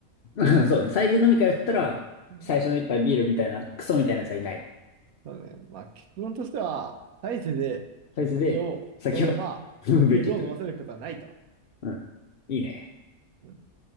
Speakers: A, on the left; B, on the right.
A: うん。<laughs> そうね、サイゼ飲み会だったら、
B: うん
A: 最初の一杯ビールみたいな、クソみたいなやつはいない。
B: そうね。まあ、結論としては、大勢で酒を飲めば、
A: サイズで、先を踏むべきという。
B: ビールを飲ませることはないと。
A: うん。いいね。
B: うん